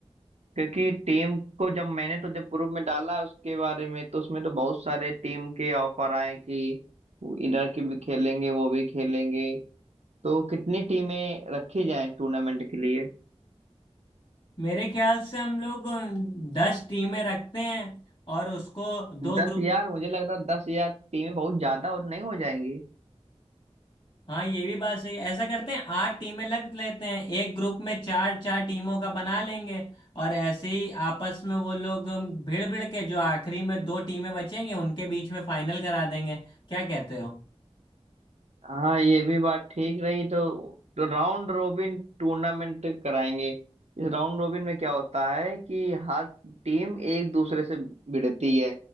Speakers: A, on the right (about 75°); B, on the left (about 45°).
A: क्योंकि टीम को जब मैंने तो जब ग्रुप में डाला उसके बारे में तो उसमें तो बहुत सारे टीम के ऑफर आए कि वो इधर के भी खेलेंगे वो भी खेलेंगे तो कितनी टीमें रखी जाएं टूर्नामेंट के लिए
B: मेरे ख्याल से हम लोग दस टीमें रखते हैं और उसको दो
A: दस
B: ग्रुप
A: यार मुझे लग रहा है दस यार टीमें बहुत ज्यादा और नहीं हो जाएंगी
B: हाँ ये भी बात सही है। ऐसा करते हैं आठ टीमें रख लेते हैं एक ग्रुप में चार चार टीमों का बना लेंगे और ऐसे ही आपस में वो लोग भिड़ भिड़ के जो आखिरी में दो टीमें बचेंगी उनके बीच में फाइनल करा देंगे क्या कहते हो
A: हाँ ये भी बात ठीक रही तो, तो राउंड रोबिन टूर्नामेंट कराएंगे इस राउंड रोबिन में क्या होता है कि हर टीम एक दूसरे से भिड़ती है